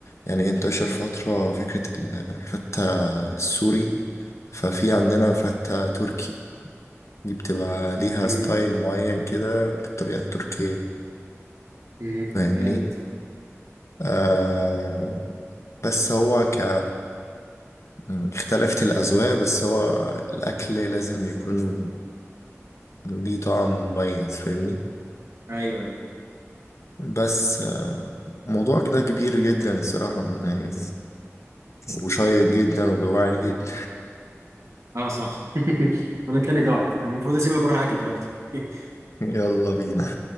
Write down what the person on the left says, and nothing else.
يعني انتشر فترة فكرة ال- الفتة السوري ففي عندنا فتة تركي دي بتبقى ليها
ستايل معين كده بالطريقة التركية
فاهمني
آه
بس هو ك م، اختلفت الأذواق بس هو الأكل لازم يكون ليه طعم مميز فاهمني
بس آه، موضوع كده كبير جدا الصراحة م، يعني وشيق جدا وجوعني جدا
<laughs> يلا بينا